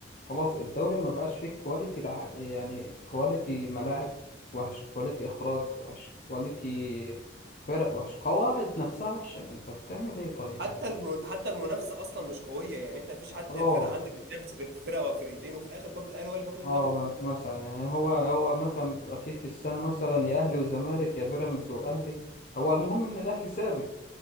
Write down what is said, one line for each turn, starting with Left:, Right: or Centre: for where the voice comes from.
Left: خلاص الدوري ما بقاش فيه كواليتي لع... يعني كواليتي ملاعب وحش كواليتي اخراج وحش كواليتي فرق وحش قواعد نفسها وحشة يعني انت بتعمل ايه طيب
Right: حتى
Left: يعني
Right: الم... حتى المنافسه اصلا مش قويه يعني انت مفيش حد
Left: اه
Right: فرقه عندك بتنافس غير فرقه او فرقتين وفي الاخر برضو الاهلي هو اللي بياخد الدوري
Left: اه م- مثلا يعني هو هو مثلا بيبقى فيه في السنة مثلا يا اهلي وزمالك يا بيراميدز واهلي هو المهم ان الاهلي ثابت